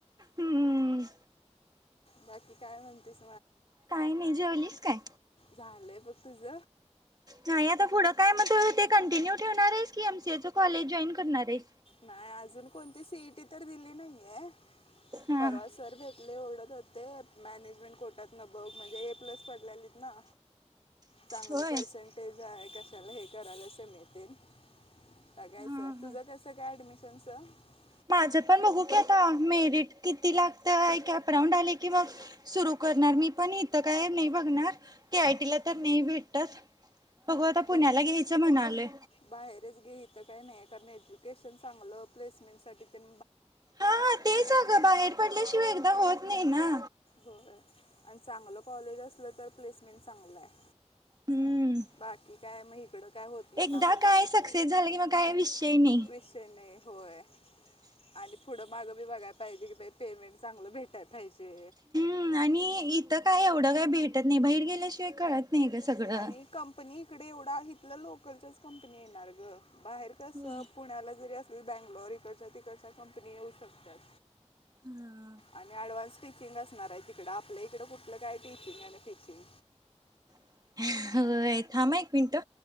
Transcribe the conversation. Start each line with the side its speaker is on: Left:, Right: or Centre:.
Right: हम्म
Left: बाकी काय म्हणतेस
Right: काय नाही जेवलीस काय?
Left: झालंय बघ तुझ
Right: नाही आता पुढं काय मणत ते कंटिन्यू् ठेवणार आहेस की एमसीए च कॉलेज जॉईन करणार आहेस
Left: नाही अजून कोणती सीट तर दिली नाहीये
Right: हा.
Left: परवा सर भेट ले एओढत होते मॅनेजमेंट कोर्टात न बघ म्हणजे ए प्लस पडलेलीत ना चांगलं
Right: होय.
Left: पर्सेंटेज आहे का चला हे करायलाच मिळते सगायचं
Right: हा
Left: तुझं
Right: हा
Left: कस <unintelligible>
Right: माझं पण बघू की आता मेरिट किती लागत क अपराऊंड आले की बघ सुरू करणार मी पण इथं काय नाही बघणार ते आयटीला तर नाही भेटत बघू आता
Left: तर
Right: पुण्याला घ्यायचं म्हणाले
Left: बाहेरच घे इथं काय नाही आहे कारण एज्युकेशन चांगलं प्लेसमेंट सासाठी त्यां
Right: हा हा तेचगं बाहेर पडल्याशिवाय एकदा होत नाही ना
Left: ब आणि चांगलं कॉलेज अस आपलं तर प्लेसमेंट चांगलं आहे
Right: हम्म
Left: बाकी काय मही का होत नाही
Right: एकदा
Left: आपण
Right: काय
Left: बघितल
Right: सक्सेस झालं कि मग काय विषय नाही
Left: <unintelligible> विषय नाही होय आणि पुढ माग बी बघा पाहिजे कि पेमेंट चांगलं भेटाय पाहिजे
Right: ह आणि इथं काय एवढं काय भेटत नाही बाहेर गेल्याशिवाय कळत नाही का सगळं
Left: आणि कंपनी इकडे एवढा हिथलं लोकलच्याच कंपनी येणार ग बाहेर कस
Right: होय
Left: पुण्याला जरी अस तुही बँंगलोरीकडच्या तिकडच्या कंपनी येऊ शकतात
Right: हम्म
Left: आणि ऍडव्हान्स टीचिंग असणार आहे तिकडं आपल्या इकडं कुठलं काय टीचिंग आहे टीचिंग
Right: <unintelligible> ह थांबा एक मिनटं